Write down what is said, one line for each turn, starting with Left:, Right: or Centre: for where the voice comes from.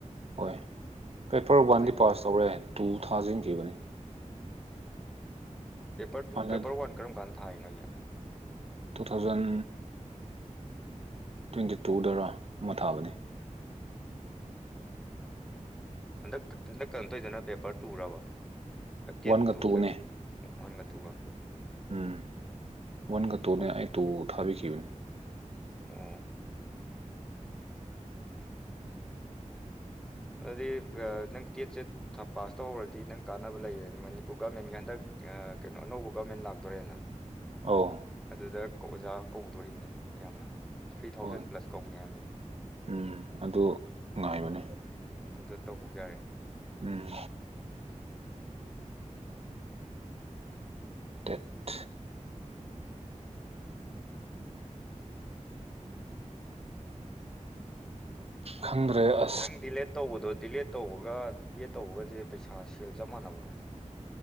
Right: ꯍꯣꯏ ꯄꯦꯄꯔ ꯋꯥꯟꯗꯤ
Centre: ꯑꯗꯩ
Right: ꯄꯥꯁ ꯇꯧꯔꯦ ꯇꯨ ꯊꯥꯖꯤꯟꯈꯤꯕꯅꯦ
Centre: ꯄꯦꯄꯔ ꯇꯨ
Right: ꯍꯥꯟꯅ
Centre: ꯄꯦꯄꯔ ꯋꯥꯟ ꯀꯔꯝ ꯀꯥꯟꯗ ꯊꯥꯏꯅꯣꯁꯦ
Right: ꯇꯨ ꯊꯥꯎꯖꯟ ꯇ꯭ꯋꯦꯟꯇꯤ ꯇꯨꯗꯔꯥ ꯑꯃ ꯊꯥꯕꯅꯤ
Centre: ꯎꯝ ꯍꯟꯗꯛ ꯍꯟꯗꯛ ꯀꯩ ꯇꯧꯗꯨꯅ ꯄꯦꯄꯔ ꯇꯨꯔꯕ ꯇꯦꯠꯇꯨ
Right: ꯋꯥꯟꯒ ꯇꯨꯅꯦ
Centre: ꯋꯥꯟꯒ ꯇꯨꯒ
Right: ꯎꯝ ꯋꯥꯟꯒ ꯇꯨꯅꯦ
Centre: ꯑꯣ
Right: ꯑꯩ ꯇꯨ ꯊꯥꯕꯤꯈꯤꯕꯅꯦ
Centre: ꯑꯣ ꯑꯗꯨꯗꯤ ꯅꯪ ꯇꯦꯠꯁꯦ ꯄꯥꯁ ꯇꯧꯍꯧꯔꯗꯤ ꯅꯪ ꯀꯥꯟꯅꯕ ꯂꯩꯌꯦ ꯃꯅꯤꯄꯨꯔ ꯒꯃꯦꯟꯒꯤ ꯍꯟꯗꯛ ꯀꯩꯅꯣ ꯑꯅꯧꯕ ꯒꯕꯃꯦꯟ ꯂꯥꯛꯇꯣꯔꯦꯅ
Right: ꯑꯧ
Centre: ꯑꯗꯨꯗ ꯑꯣꯖꯥ ꯀꯧꯗꯣꯔꯤꯕꯅꯦ ꯌꯥꯝꯅ ꯊ꯭ꯔꯤ ꯊꯥꯎꯖꯟ
Right: ꯍꯣꯏ
Centre: ꯄ꯭ꯂꯁ ꯀꯧꯅꯤ ꯍꯥꯏꯕꯅꯤ
Right: ꯎꯝ ꯑꯗꯨ ꯉꯥꯏꯕꯅꯦ
Centre: ꯑꯗꯨꯗ ꯇꯧꯍꯧ ꯌꯥꯔꯦ
Right: ꯎꯝ ꯇꯦꯠ ꯈꯪꯗ꯭ꯔꯦ ꯑꯥ
Centre: ꯅꯪ ꯗꯤꯂꯦꯠ ꯇꯧꯕꯗꯣ ꯗꯤꯂꯦꯠ ꯇꯧꯕꯒ ꯕꯤꯌꯦꯠ ꯇꯧꯕꯒꯁꯦ ꯄꯩꯁꯥ ꯁꯦꯜ ꯆꯞ ꯃꯥꯟꯅꯕ꯭ꯔꯥ